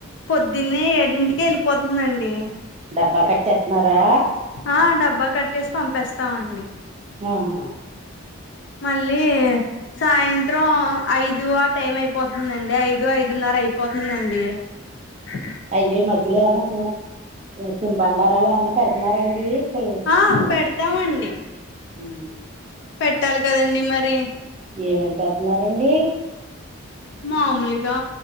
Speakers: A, on the left; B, on the right.
A: పొద్దున్నే ఏడింటికే ఎళ్ళిపోతుందండి.
B: డబ్బా కట్టేస్తున్నారా
A: ఆ డబ్బా కట్టేసి పంపేస్తామండి.
B: ఉహు.
A: మళ్ళీ. సాయంత్రం ఐదు ఆ టైం అయిపోతుందండి ఐదు ఐదున్నర అయిపోతుందండి. స
B: అయ్యో ఈ మధ్యలో ఆమెకు తినుబండారాలు ఏమన్నా పెడుతున్నారండి. పిల్
A: ఆ పెడతామండి.
B: ఉ.
A: పెట్టాలి కదండి మరి.
B: ఏమేమి పెడుతున్నరండి.
A: మామూలుగా.